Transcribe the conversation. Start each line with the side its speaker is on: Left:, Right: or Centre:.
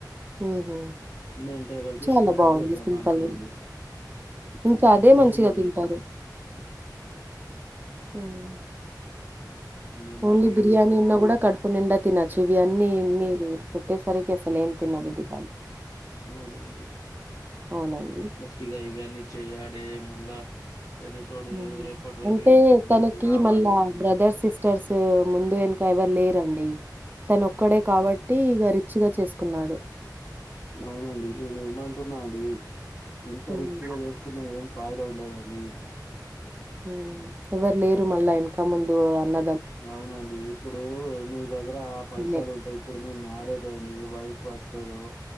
Right: హుహు.
Left: మెటేబల్కి
Right: చాలా
Left: స్టార్టర్
Right: బావుంది
Left: బెట్టాము
Right: సింపుల్‌గా.
Left: అంతే అండి
Right: ఇంకా అదే మంచిగా
Left: నీట్గా
Right: తింటారు
Left: చేసాం
Right: మ్మ్
Left: మేము
Right: ఓన్లీ
Left: అవి
Right: బిర్యానీ
Left: ఇవి పెట్టి
Right: ఉన్న కూడా కర్ కడుపునిండా తినచ్చు ఇవి అన్నీ ఇ పెట్టేసరికి అసలు ఏం తినబుద్దికాదు
Left: అవునండి
Right: అవునండి.
Left: ఆ ఇగ ఇవన్నీ చేయడే మళ్ళా ఎదు తోడు
Right: హ్మ్.
Left: రేపటి రోజు
Right: అంటే
Left: ఇంటి ముంగడికి
Right: తనకి
Left: రావాలే
Right: మళ్ళా బ్రదర్స్ సిస్టర్స్ ముందు వెనక ఎవరు లేరండి తను ఒక్కడే కాబట్టి ట్టి బా రిచ్గా చేసుకున్నాడు
Left: అవునండి నేనే ఏమంటున్నా అండి ఎంత
Right: హ్మ్.
Left: రిచ్గా చేసుకు న్నాగాని చాయిదా ఉండదండి
Right: మ్మ్ ఎవ్వరు లేరు మళ్ళా ఎనక ముందు అన్న
Left: అవునండి ఇప్పుడు మీ దగ్గర పైసలు
Right: తినే.
Left: ఉంటాయి ఇప్పుడు మీ మ్యారేజ్ అయింది వైఫ్ వస్తాదో